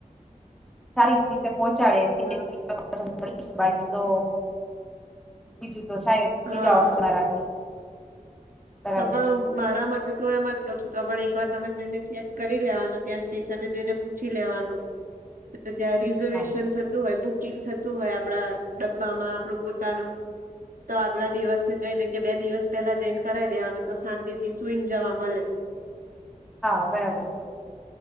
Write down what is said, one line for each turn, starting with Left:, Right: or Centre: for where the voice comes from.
Centre: સારી રીતે પહોંચાડે
Right: હા.
Centre: <unintelligible> કરીશ બાકી તો બીજું તો સાહેબ
Right: હા.
Centre: બીજા ઓપ્શમાં રાખીશું. બરાબર
Right: તો પણ
Centre: છે
Right: મારા મતે તો એમ જ પાછું તો પણ એકવાર તમે જઈને ચેક કરી લેવાનું ત્યાં સ્ટેશનને જઈને પૂછી લેવાનું ત્યાં રિઝર્વેશન
Centre: હા
Right: થતું હોય બુક કિંગ થતું હોય આપડા ડબ્બામાં આપડું પોતાનું તો આગલા દિવસે જઈને કે બે દિવસ પેલા જઈન કરાય દેવાનું તો શાંતિથી સુઈન જવા મલે.
Centre: હા બરાબર છે.